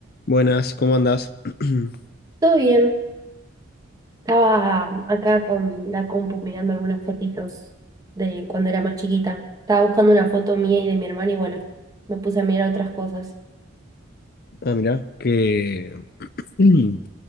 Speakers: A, on the left; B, on the right.
A: Buenas, ¿cómo andás? <clears throat>
B: Todo bien, estaba acá con la compu mirando algunas fotitos de cuando era más chiquita. Estaba buscando una foto mía y de mi hermana y bueno, me puse a mirar otras cosas.
A: Ah, mirá, que <clears throat>